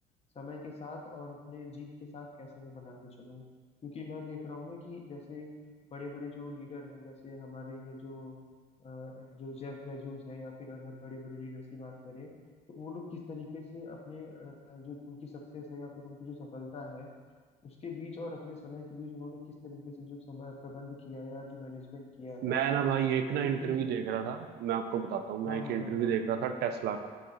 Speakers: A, on the left; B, on the right.
A: समय के साथ और अपने जीत के साथ कैसे मैं बना के चलूं क्योंकि मैं देख रहा हूँ ना कि जैसे बड़े बड़े जो लीडर हैं जैसे हमारे ये जो अ, जो जेफ बेजोस है या फिर अगर बड़े बड़े लीडर्स की बात करें तो वो लोग किस तरीके से अपने अ, जो उनकी सक्सेस है या फिर उनकी जो सफलता है उसके बीच और अपने समय के बीच उन्होंने किस तरीके से जो समय प्रबंध किया या जो मैनेजमेंट किया
B: मैं
A: है
B: ना भाई
A: तो
B: एक ना
A: वो
B: इंटरव्यू
A: चीज
B: देख रहा था मैं आपको बताता हूँ मैं
A: हाँ
B: एक
A: हाँ
B: इंटरव्यू
A: हाँ हाँ
B: देख रहा था टेस्ला का